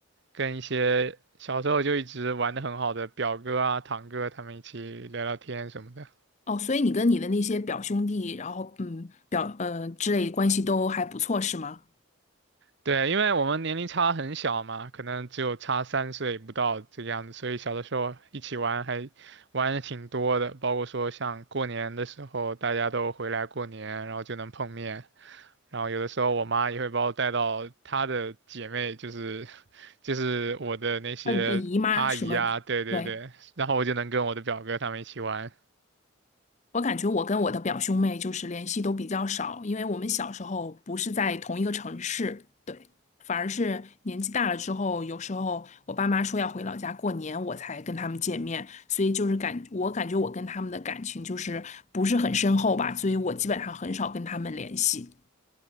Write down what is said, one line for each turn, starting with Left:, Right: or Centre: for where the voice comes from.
Right: 跟一些小时候就一直玩的很好的表哥啊、堂哥他们一起聊聊天什么的。
Left: 哦，所以你跟你的那些表兄弟，然后嗯，表呃之类关系都还不错是吗？
Right: 对，因为我们年龄差很小嘛，可能只有差三岁不到这个样子，所以小的时候一起玩还玩的挺多的，包括说像过年的时候大家都回来过年，然后就能碰面。然后有的时候我妈也会把我带到她的姐妹，就是就是我的那些阿姨啊，
Left: 那你的姨妈什么？
Right: 对对对，
Left: 对，
Right: 然后我就能跟我的表哥他们一起玩。
Left: 我感觉我跟我的表兄妹就是联系都比较少，因为我们小时候不是在同一个城市，对，反而是年纪大了之后，有时候我爸妈说要回老家过年，我才跟他们见面，所以就是感，我感觉我跟他们的感情就是不是很深厚吧，所以我基本上很少跟他们联系。